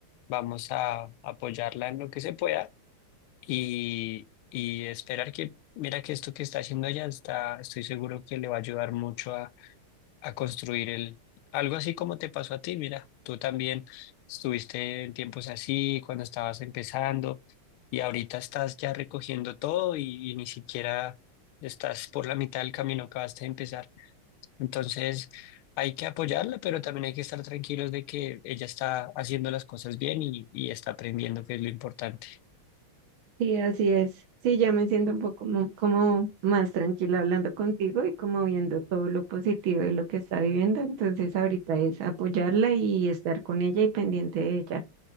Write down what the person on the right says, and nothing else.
Sí, así es. Sí, ya me siento un poco mo- como más tranquila hablando contigo y como viendo todo lo positivo de lo que está viviendo. Entonces ahorita es apoyarla y estar con ella y pendiente de ella.